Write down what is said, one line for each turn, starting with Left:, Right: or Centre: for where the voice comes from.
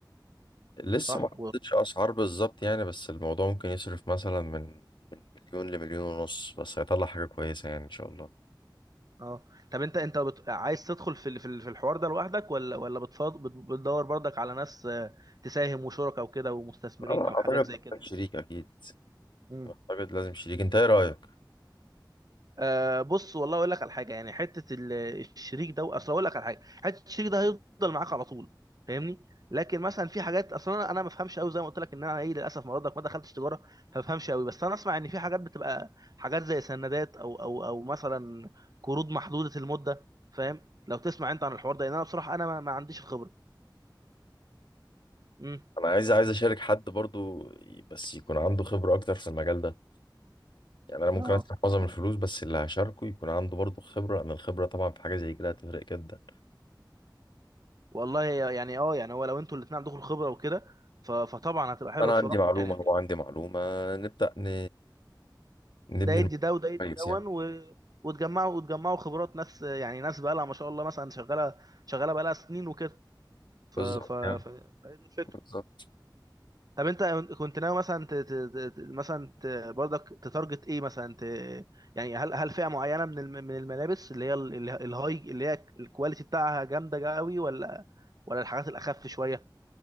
Left: لسه
Right: صح
Left: ما حطيتش اسعار بالظبط يعني بس الموضوع ممكن يصرف مثلا من من مليون لمليون ونص بس هيطلع حاجة كويسة يعني ان شاء الله
Right: اه طب انت انت بت... عايز تدخل في ال- في ال- في الحوار ده لوحدك ولا ولا بتفاض... بت- بتدور برضك على ناس آه، تساهم وشركاء وكده ومستثمرين
Left: لا لا
Right: او حاجات
Left: اعتقد
Right: زي
Left: محتاج
Right: كده
Left: شريك اكيد
Right: يعني
Left: اعتقد لازم شريك انت ايه رأيك
Right: آه بص والله اقول لك على حاجه يعني حته ال- الشريك ده اصل اقول لك على حاجه حته الشريك ده هيفضل معاك على طول فاهمني لكن مثلا في حاجات اصلا انا أنا ما بفهمش قوي زي ما قلت لك ان انا ايه للاسف ما برضك ما دخلتش تجاره فما بفهمش قوي بس انا اسمع ان في حاجات بتبقى حاجات زي سندات او او او مثلا قروض محدوده المده فاهم لو تسمع انت عن الحوار ده لان انا بصراحه انا ما, ما عنديش الخبره امم
Left: انا عايز عايز اشارك حد برضو بس يكون عنده خبرة اكتر في المجال ده يعني انا ممكن
Right: اه
Left: ادفع معظم الفلوس بس اللي هشاركه يكون عنده برضو خبرة لان الخبرة طبعا في حاجة زي كده هتفرق جدا
Right: والله يعني اه يعني هو لو انتوا الاثنين عندكم الخبره وكده ف- فطبعا هتبقى حلوه
Left: انا
Right: بصراحه
Left: عندي معلومه
Right: يعني انت
Left: هو عندي معلومه نبدا ن... نبني
Right: ده يدي
Left: الموضوع
Right: ده وده يدي
Left: كويس
Right: دون
Left: يعني
Right: و... وتجمعوا وتجمعوا خبرات ناس يعني ناس بقى لها ما شاء الله مثلا شغاله شغاله بقى لها سنين وكده ف
Left: بالظبط
Right: ف ف
Left: يعني
Right: فهي دي الفكره
Left: بالظبط
Right: طب انت كنت ناوي مثلا ت... ت... ت... مثلا ت... برضك تتارجت ايه مثلا ت... يعني هل هل فئه معينه من الم... من الملابس اللي هي ال- ال- الهاي اللي هي الكواليتي بتاعها جامده قوي ولا ولا الحاجات الاخف شويه